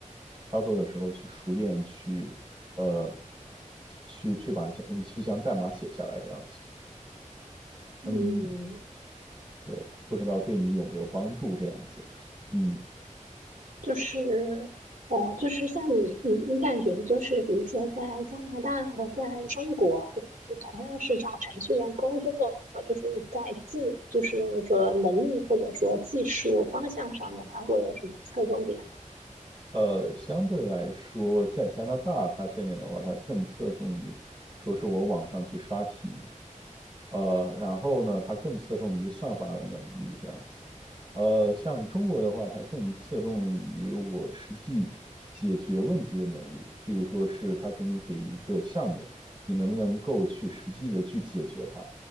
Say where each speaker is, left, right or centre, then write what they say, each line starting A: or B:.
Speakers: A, on the right; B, on the right.
A: 操作的时候去熟练去呃，去去把去将代码写下来这样子。
B: 嗯。
A: 嗯，对，不知道对你有没有帮助这样子。嗯，
B: 就是，哦，就是像你，你你感觉就是，比如说在加拿大和在中国，就是同样是找程序员工作，就是在技，就是我说能力或者说技术方向上面，它会有什么侧重点吗？
A: 呃，相对来说，在加拿大它这边的话，它更侧重于说是我网上去刷题，呃，然后呢，它更侧重于算法的能力这样子。呃，像中国的话，它更侧重于我实际解决问题的能力，譬如说是他给你给一个项目，你能不能够去实际的去解决它。